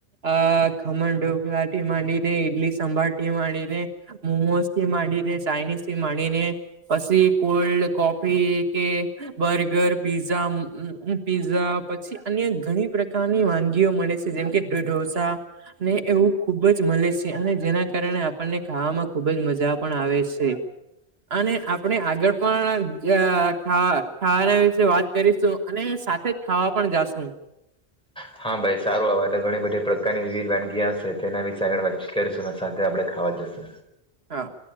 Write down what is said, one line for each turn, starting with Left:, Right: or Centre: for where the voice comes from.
Right: અ ખમણ ઢોકલા થી માંડી ને ઈડલી સાભાર થી માંડીને મોમોઝ થી માંડીને ચાઇનીઝ સે માંડી ને પછી કોલ્ડ કોફી કે બર્ગર પીઝા પીઝા પછી અન્ય ઘણી પ્રકારની વાનગીઓ મળે છે જેમકે ઢો ઢોસા ને એવું ખુબ જ મળે છે અને જેના કારણે આપણને ખાવામાં ખુબ જ મજા પણ આવે છે કે અને આપણે આગળ પણ જ અ ખાવા ખાવાના વિશે વાત કરીશું અને સાથે જ ખાવા પણ જાશું
Centre: હ <inaudible> હા ભાઈ સારું આવે થી તો ઘણી બધી પ્રકારની વિવિધ વાનગી આવશે તેના વિશેે આગળ વાતચીત કરીશું સાથે આપણે ખા તવાજસ
Right: હા